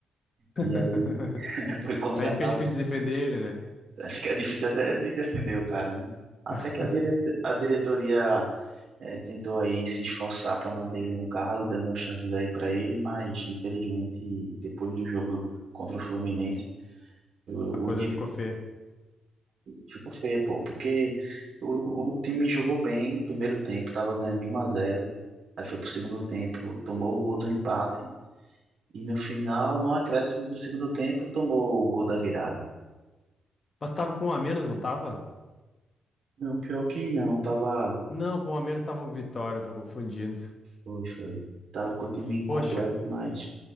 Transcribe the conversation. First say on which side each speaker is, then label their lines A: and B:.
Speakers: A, on the left; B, on the right.
A: <laughs>
B: E aí <laughs> foi contratado,
A: Aí fica difícil defender ele, né?
B: fica difícil até de defender o cara, né? Até
A: <laughs>
B: que a, dire a diretoria é, tentou aí se esforçar para manter ele no cargo, dando chances aí para ele, mas infelizmente depois do jogo contra o Fluminense, o,
A: A coisa
B: o time
A: ficou feia.
B: ficou feio, pô, porque o, o time jogou bem no primeiro tempo, tava ganhando de um a zero. Aí foi pro segundo tempo, tomou o gol do empate. E no final, no acréscimo do segundo tempo, tomou o gol da virada.
A: Mas tava com um a menos, não tava?
B: Não, pior que não, tava.
A: Não, com um a menos tava o Vitória, tô confundindo.
B: Foi, foi. Tava com o time incompleto,
A: Poxa,
B: mas